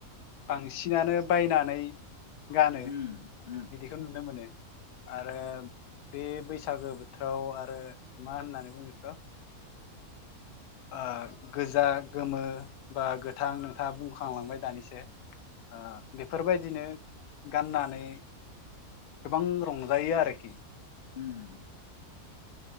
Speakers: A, on the left; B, on the left.
A: बांसिनानो बायनानै गानो
B: उम उम
A: बिदिखौ नुनो मोनो‌। आरो बे बैसागो बोथोराव आरो मा होननानै बुङो बेखौ ओ गोजा गोमो बा गोथां नोंथाङा बुंखांलांबाय। दानिसो ओ बेफोरबायदिनो गाननानै। गोबां रं जायो आरोखि
B: उम।